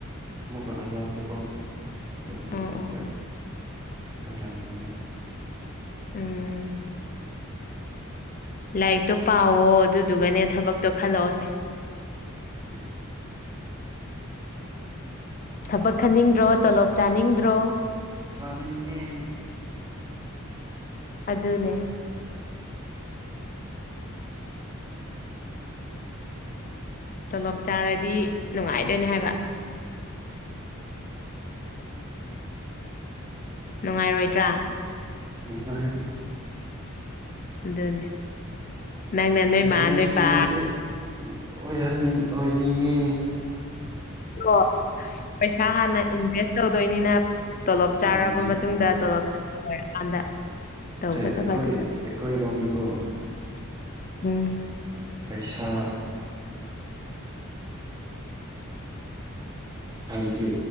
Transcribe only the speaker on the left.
ꯑꯣ
ꯑꯣ ꯑꯣ
ꯎꯝ ꯂꯥꯏꯔꯤꯛꯇꯣ ꯄꯥꯎꯋꯣ ꯑꯗꯨꯗꯨꯒꯅꯦ ꯊꯕꯛꯇꯣ ꯈꯜꯂꯛꯑꯣꯁꯦ
ꯊꯕꯛ ꯈꯟꯅꯤꯡꯗ꯭ꯔꯣ ꯇꯣꯂꯣꯞ ꯆꯥꯅꯤꯡꯗ꯭ꯔꯣ
ꯑꯗꯨꯅꯦ ꯇꯣꯂꯣꯞ ꯆꯥꯔꯗꯤ ꯅꯨꯡꯉꯥꯏꯗꯣꯏꯅꯦ ꯍꯥꯏꯕ ꯅꯨꯡꯉꯥꯏꯔꯣꯏꯗ꯭ꯔꯥ
ꯑꯗꯨꯅꯦ ꯅꯪꯅ ꯅꯣꯏ
ꯃꯥ ꯅꯣꯏ ꯄꯥ
ꯑꯣ ꯄꯩꯁꯥ ꯍꯥꯟꯅ ꯏꯟꯚꯦꯁ ꯇꯧꯗꯣꯏꯅꯤꯅ ꯇꯣꯂꯣꯞ ꯆꯥꯔꯕ
ꯃꯇꯨꯡꯗ
ꯇꯣꯂꯣꯞ ꯂꯣꯏꯔꯀꯥꯟꯗ ꯇꯧꯒꯗꯕ
ꯑꯗꯨꯅ
ꯎꯝ